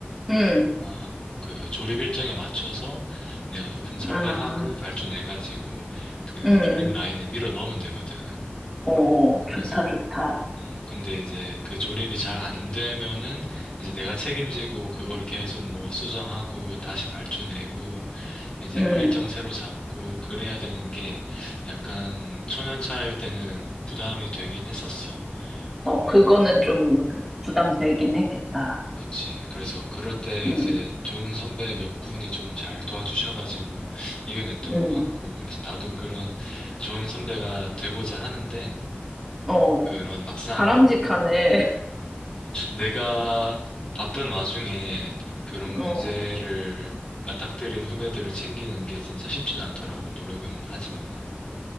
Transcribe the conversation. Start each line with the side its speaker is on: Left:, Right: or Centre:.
Centre: 음.
Left: 아, 그 조립 일정에 맞춰서 내가 부품 설계하고
Centre: 아,
Left: 발주 내가지고 그
Centre: 음.
Left: 조립 라인에 밀어 넣으면 되거든.
Centre: 어,
Left: 그래서
Centre: 좋다, 좋다.
Left: 어, 근데 이제 그 조립이 잘 안 되면은 이제 내가 책임지고 그걸 계속 뭐 수정하고 다시 발주 내고 이제
Centre: 음.
Left: 일정 새로 잡고 그래야 되는 게 약간 초년차일 때는 부담이 되긴 했었어.
Centre: 어,
Left: 근데
Centre: 그거는
Left: 약간
Centre: 좀 부담되긴 했겠다.
Left: 그치. 그래서 그럴 때
Centre: 음.
Left: 이제 좋은 선배 몇 분이 좀 잘 도와주셔가지고 이겨냈던
Centre: 음.
Left: 것 같고, 그래서 나도 그런 좋은 선배가 되고자 하는데,
Centre: 어,
Left: 그런 막상
Centre: 바람직하네.
Left: 내가 바쁜 와중에 그런
Centre: <laughs> 어,
Left: 문제를 맞닥뜨린 후배들을 챙기는 게 진짜 쉽진 않더라고, 노력은 하지만.